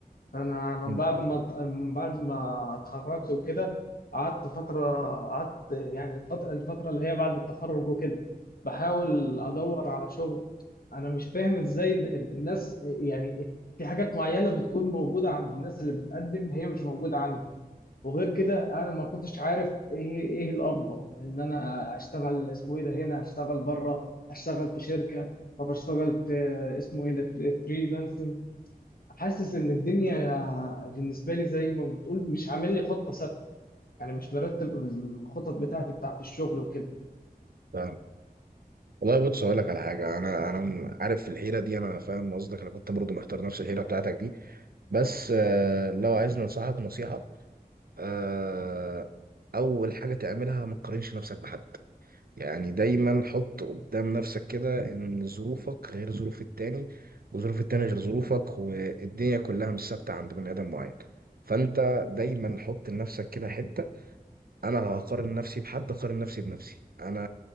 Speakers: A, on the left; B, on the right.
A: انا من
B: مم.
A: بعد ما من بعد ما اتخرجت وكده قعدت فتره قعدت يعني الفتره الفتره اللي هي بعد التخرج وكده بحاول ادور على شغل انا مش فاهم ازاي ال- ال- الناس يعني في حاجات معينه بتكون موجوده عند الناس اللي بتقدم هي مش موجوده عندي وغير كده انا ما كنتش عارف ايه ايه الافضل ان انا اشتغل اسمه ايه ده هنا اشتغل بره اشتغل في شركه طب اشتغل في اسمه ايه ده فريلانسنج حاسس ان الدنيا بالنسبه لي زي ما بتقول مش عامل لي خطه ثابته يعني مش برتب الخطط بتاعتي بتاعت الشغل وكده
B: تمام. والله بص اقول لك على حاجه انا انا عارف في الحيره دي انا فاهم قصدك انا كنت برضو محتار نفس الحيره بتاعتك دي بس آه، لو عايزني انصحك نصيحة آه، اول حاجة تعملها ما تقارنش نفسك بحد يعني دايما حط قدام نفسك كده ان ظروفك غير ظروف التاني وظروف التاني غير ظروفك والدنيا كلها مش ثابتة عند بني ادم معين فانت دايما حط لنفسك كده حتة انا هقارن نفسي بحد اقارن نفسي بنفسي انا